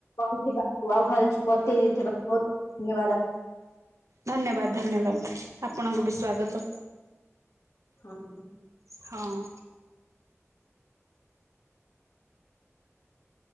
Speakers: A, on the left (about 65°); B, on the right (about 80°).
A: କହି ବାବୁ ଆଉ ଭଲ ବତେଇ ଦେଇଥିବା ବହୁ ଧନ୍ୟବାଦ ଆ
B: ଧନ୍ୟବାଦ ଧନ୍ୟବାଦ ଆପଣଙ୍କୁ ବି ସ୍ଵାଗତ।
A: ହଁ
B: ହଁ